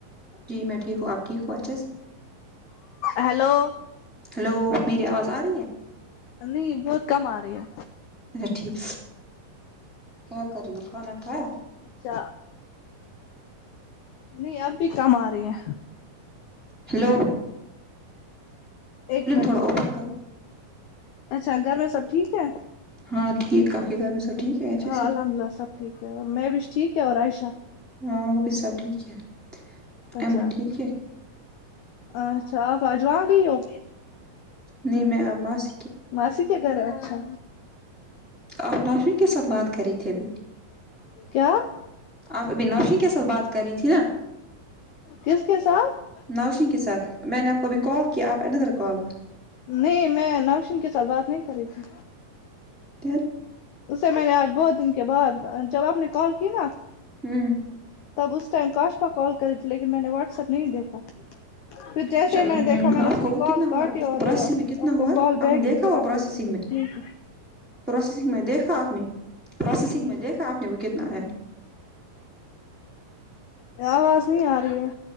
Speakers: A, in the centre; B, on the left (about 75°).
A: جی میں ٹھیک ہوں آپ ٹھیک ہوں اچھے سے
B: ہیلو
A: ہلو میری آواز آ رہی ہے
B: نہیں بہت کم آ رہی ہے
A: ٹھیک کیا کر ری ھو کھانا کھایا
B: اچھا نہیں اب بھی کم آ رہی ہیں
A: ہلو
B: ایک منٹ
A: تھوڑا
B: سے
A: اوپر کرو
B: اچھا گھر میں سب ٹھیک ہے
A: ہاں ٹھیک آپ کے گھر میں سب ٹھیک ہے اچھے
B: ہاں
A: سے
B: الحمد للہ سب ٹھیک ہے اور میں بھیش ٹھیک ہے اور عائشہ
A: ہاں وہ بھی سب ٹھیک ہے ایمن
B: اچھا
A: ٹھیک ہے
B: اچھا آپ اجواں گئی ہو
A: نہیں میں آ ما س
B: ماسی کی گھر اچھا
A: آپ نوشین کے ساتھ بات کر رہی تھی ابھی
B: کیا
A: آپ ابھی نوشین کے ساتھ بات کر رہی تھی نا
B: کس کے ساتھ
A: نوشین کے ساتھ میں نے آپ کو ابھی کال کیا آپ انیرر کال
B: نہیں میں نوشین کے ساتھ بات نہیں کر رہی تھی
A: دن
B: اس سے میں نے آج بہت دن کے بعد جب آپ نے کال کی نا
A: ہوں
B: تب اس ٹائم کاشفا کال کری تھی لیکن میں نے واٹس ایپ نہیں دیکھا پھر جیسے
A: اچھا
B: ہی میں نے دیکھا میں
A: آپ
B: نے اس
A: کو
B: کی
A: وہ
B: کال
A: کتنا ہوا
B: کاٹی اور
A: پروسیسنگ
B: آپ
A: میں کتنا
B: کو
A: ہوا
B: کال بیک
A: آپ نے دیکھا
B: کی پھر
A: وہ
B: آپ
A: پروسیسنگ
B: نے
A: میں
B: ٹیک
A: پروسیسنگ میں دیکھا آپ نے پروسیسنگ میں دیکھا آپ نے وہ کتنا ہے
B: آواز نہیں آ رہی ہے